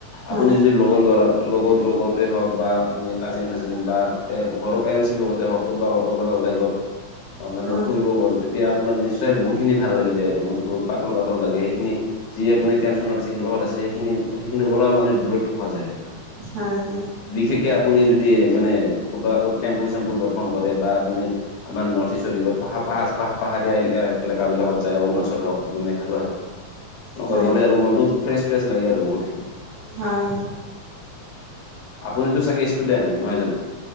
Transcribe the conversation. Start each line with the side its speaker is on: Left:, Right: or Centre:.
Right: হয়
Left: আপোনি যদি, লগৰ ল'ৰা লগৰ লগতে হওঁক বা আপুনি, কাজিন- চাজিন বা পে, ঘৰৰ পেৰেণ্টছৰ লগতে হওঁক, ক'ৰবাত ক'ৰবালৈ ওলাই গ'ল।
Right: <inaudible>
Left: অ'! মানে,
Right: হয়
Left: ফুৰিব গ'ল। তেতিয়া, আপোনাৰ নিশ্চয় বহুত খিনি ভাল লাগি যায় আৰু মনটো পাতল- পাতল লাগে সেইখিনি। যি আপুনি টেঞ্চনত আছে, কিবাহত আছে। সেইখিনি, সেইখিনিৰ পৰা মানে, দূৰত থকা যায় আৰু।
Right: হয়, হয়।
Left: বিশেষকে, আপুনি যদি মানে, <unintelligible> ক'ত টেম্পুল-চেম্পুল দৰ্শন কৰে বা আপুনি আমাৰ, নৰ্থ ইষ্ট <unintelligible> পাহা- পাহা পাহাৰীয়া এলে, এ এলেকাবিলাকত যায়, অৰুণাচল হওঁক, আপোনাৰ মেঘালয় হওঁক,
Right: হয়
Left: এনেকুৱা গ'লে
Right: হয়
Left: আৰু মনটো ফ্ৰেছ- ফ্ৰেছ লাগে আৰু বহুতখিনি।
Right: হয়!
Left: আপুনিতো চাগে, ষ্টুডেণ্ট নহয় জানোঁ?